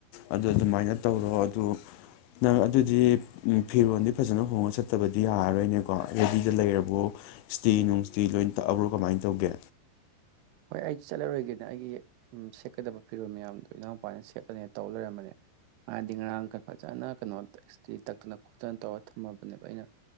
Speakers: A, on the left; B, on the right.
A: ꯑꯗꯨ ꯑꯗꯨꯃꯥꯏꯅ ꯇꯧꯔꯣ ꯑꯗꯨ ꯅꯪ ꯑꯗꯨꯗꯤ ꯐꯤꯔꯣꯜꯗꯤ ꯐꯖꯅ ꯍꯣꯡꯉ ꯆꯠꯇꯕꯗꯤ ꯌꯥꯔꯔꯣꯏꯅꯦꯀꯣ ꯔꯦꯗꯤꯗ ꯂꯩꯔꯕ꯭ꯔꯣ ꯏꯁꯇꯤ ꯅꯨꯡꯇꯤ ꯂꯣꯏ ꯇꯛꯑꯕ꯭ꯔꯣ ꯀꯃꯥꯏꯅ ꯇꯧꯒꯦ
B: ꯍꯣꯏ ꯑꯩꯗꯤ ꯆꯠꯂꯔꯣꯏꯒꯦꯅ ꯑꯩꯒꯤ ꯁꯦꯠꯀꯗꯕ ꯐꯤꯔꯣꯜ ꯃꯌꯥꯝꯗꯣ ꯏꯅꯥꯎꯄꯥꯅ ꯁꯦꯠꯂꯅꯤ ꯇꯧ ꯂꯩꯔꯝꯕꯅꯦ ꯃꯥꯗꯤ ꯉꯔꯥꯡ ꯐꯖꯅ ꯀꯩꯅꯣ ꯏꯁꯇꯤ ꯇꯛꯇꯅ ꯈꯣꯠꯇꯅ ꯇꯧꯔ ꯊꯝꯃꯕꯅꯦꯕ ꯑꯩꯅ